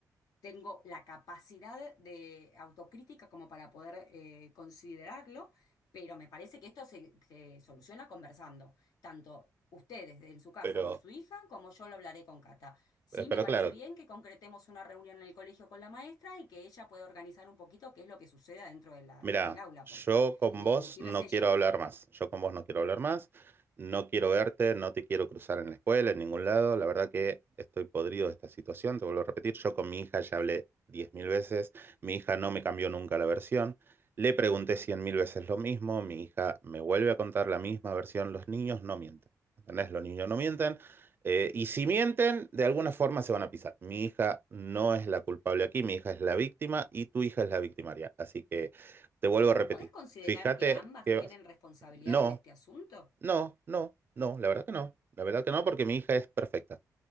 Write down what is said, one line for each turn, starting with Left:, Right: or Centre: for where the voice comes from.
Left: tengo la capacidad de autocrítica como para poder eh, considerarlo, pero me parece que esto se, se soluciona conversando, tanto ustedes de- en su casa
Right: pero,
Left: con su hija como yo lo hablaré con Cata. Sí,
Right: pero
Left: me parece
Right: claro,
Left: bien que concretemos una reunión en el colegio con la maestra y que ella pueda organizar un poquito qué es lo que sucede dentro de la-
Right: Mira,
Left: del aula,
Right: yo
Left: porque
Right: con
Left: en definitiva
Right: vos no
Left: es ella.
Right: quiero hablar más. Yo con vos no quiero hablar más. No quiero verte, no te quiero cruzar en la escuela, en ningún lado. La verdad que estoy podrido de esta situación. Te vuelvo a repetir, yo con mi hija ya hablé 10.000 veces. Mi hija no me cambió nunca la versión. Le pregunté 100.000 veces lo mismo. Mi hija me vuelve a contar la misma versión. Los niños no mienten. ¿Entendés? Los niños no mienten. Eh, y si mienten, de alguna forma se van a pisar. Mi hija no es la culpable aquí, mi hija es la víctima y tu hija es la victimaria. Así que te vuelvo
Left: ¿No
Right: a repetir.
Left: podés considerar
Right: Fíjate
Left: que ambas
Right: que
Left: tienen responsabilidad
Right: no,
Left: en este asunto?
Right: no, no, no, la verdad que no. La verdad que no, porque mi hija es perfecta.